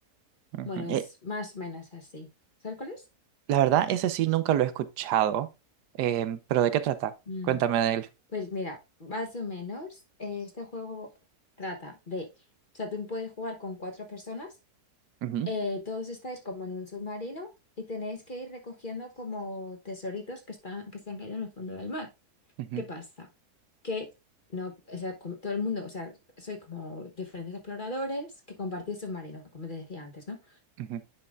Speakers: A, on the right; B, on the left.
A: ujú.
B: Bueno, es
A: E-
B: más o menos así. ¿Sabes cuál es?
A: La verdad, ese sí nunca lo he escuchado, em, pero ¿de qué trata?
B: Mm,
A: Cuéntame de él.
B: Pues mira, más o menos, eh, este juego trata de, o sea, tú puedes jugar con cuatro personas,
A: Ujú,
B: eh, todos estáis como en un submarino y tenéis que ir recogiendo como tesoritos que están, que se han caído en el fondo del mar.
A: ujú,
B: ¿Qué pasa? Que no, o sea, como todo el mundo, o sea, soy como diferentes exploradores que compartís submarino, como te decía antes, ¿no?
A: ujú,